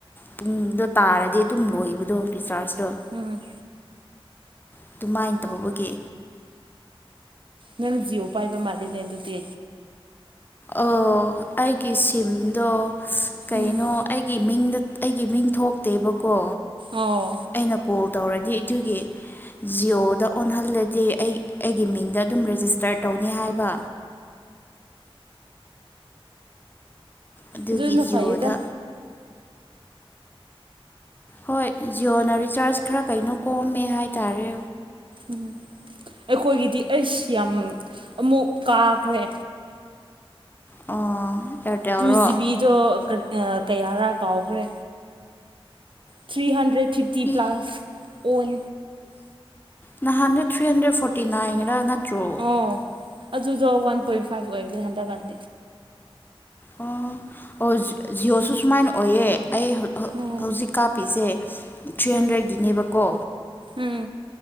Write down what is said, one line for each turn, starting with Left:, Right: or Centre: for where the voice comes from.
Left: ꯄꯨꯡꯗꯣ ꯇꯥꯔꯗꯤ ꯑꯗꯨꯝ ꯂꯣꯏꯕꯗꯣ ꯔꯤꯆꯥꯔꯖ
Right: ꯎꯝ
Left: ꯑꯗꯨꯃꯥꯏꯅ ꯇꯧꯕꯒꯤ
Right: ꯅꯪ ꯖꯤꯑꯣ ꯄꯥꯏꯕ ꯃꯥꯜꯂꯤꯅꯦ ꯑꯗꯨꯗꯤ
Left: ꯑꯣ ꯑꯩꯒꯤ ꯁꯤꯝꯗꯣ ꯀꯩꯅꯣ
Right: ꯎꯝ
Left: ꯑꯩꯒꯤ ꯃꯤꯡꯗ ꯑꯩꯒꯤ ꯃꯤꯡ ꯊꯣꯛꯇꯦꯕ ꯀꯣ
Right: ꯑꯣ
Left: ꯑꯩꯅ ꯀꯣ ꯇꯧꯔꯗꯤ ꯑꯗꯨꯒꯤ ꯖꯤꯑꯣꯗ ꯑꯣꯟꯍꯜꯂꯗꯤ ꯑꯩ ꯑꯩꯒꯤ ꯃꯤꯡꯗ ꯑꯗꯨꯝ ꯔꯦꯖꯤꯁꯇꯔ ꯇꯧꯅꯤ ꯍꯥꯏꯕ ꯑꯗꯨꯒꯤ
Right: ꯑꯗꯨꯅ
Left: ꯖꯤꯑꯣꯗ
Right: ꯐꯩꯌꯦꯗ
Left: ꯍꯣꯏ ꯖꯤꯑꯣꯅ ꯔꯤꯆꯥꯔꯖ ꯈꯔ ꯀꯩꯅꯣ ꯀꯣꯝꯃꯦ ꯍꯥꯏꯇꯥꯔꯦ
Right: ꯎꯝ ꯑꯩꯈꯣꯏꯒꯤꯗꯤ ꯑꯩꯁ ꯌꯥꯝ ꯑꯃꯨꯛ ꯀꯥꯈ꯭ꯔꯦ
Left: ꯑꯣ ꯑꯦꯌꯥꯔꯇꯦꯜꯔꯣ
Right: ꯇꯨ ꯖꯤꯕꯤꯗ ꯀꯌꯥꯔꯥ ꯀꯥꯎꯈ꯭ꯔꯦ ꯊ꯭ꯔꯤ ꯍꯟꯗ꯭ꯔꯦꯠ ꯐꯤꯐꯇꯤ ꯄ꯭ꯂꯥꯁ
Left: ꯏ
Right: ꯑꯣꯟ
Left: ꯅꯍꯥꯟꯗꯨ ꯊ꯭ꯔꯤ ꯍꯟꯗ꯭ꯔꯦꯠ ꯐꯣꯔꯇꯤ ꯅꯥꯏꯟꯔꯥ ꯅꯠꯇ꯭ꯔꯣ
Right: ꯑꯣ ꯑꯗꯨꯗꯣ ꯋꯥꯟ ꯄꯣꯏꯟ ꯐꯥꯏꯚ ꯑꯣꯏꯔꯦ ꯍꯟꯗꯛꯀꯠꯅꯤ
Left: ꯑꯣ ꯑꯣ ꯖꯤꯑꯣꯁꯨ ꯁꯨꯃꯥꯏꯅ ꯑꯣꯏꯌꯦ ꯑꯩ
Right: ꯎꯝ
Left: ꯍꯧꯖꯤꯛ ꯀꯥꯞꯄꯤꯁꯦ ꯊ꯭ꯔꯤ ꯍꯟꯗ꯭ꯔꯦꯗꯀꯤꯅꯦꯕꯀꯣ
Right: ꯎꯝ ꯎꯝ